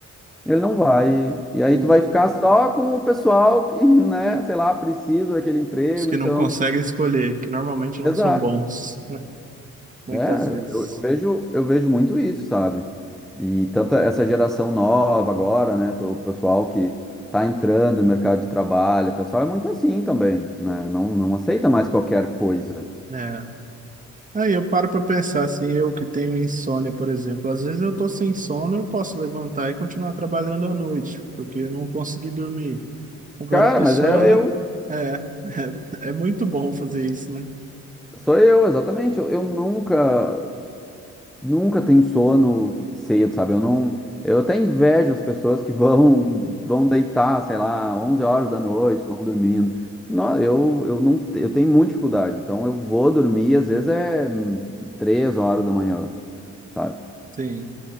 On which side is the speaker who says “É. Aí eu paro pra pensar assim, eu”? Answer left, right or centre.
Right